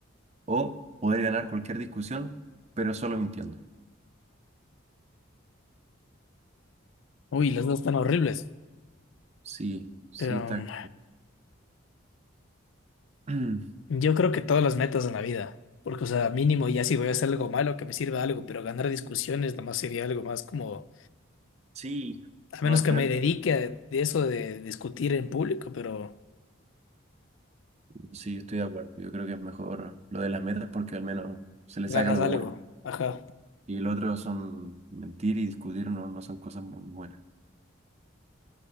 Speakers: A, on the right (about 35°); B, on the left (about 70°).
A: ¿O poder ganar cualquier discusión, pero solo mintiendo?
B: Uy, las dos están horribles.
A: Sí, sí,
B: Pero
A: está.
B: mm,
A: <clears throat>
B: Yo creo que todas las metas en la vida, porque, o sea, mínimo ya si voy a hacer algo malo, que me sirva algo, pero ganar discusiones nomás sería algo más como,
A: Sí,
B: a menos
A: no, al
B: que
A: final.
B: me dedique a de eso de discutir en público, pero
A: Sí, estoy de acuerdo. Yo creo que es mejor lo de las metas porque al menos se le
B: ganas
A: saca algo
B: algo.
A: bueno.
B: Ajá,
A: Y el otro son mentir y discutir, no, no son cosas muy buenas.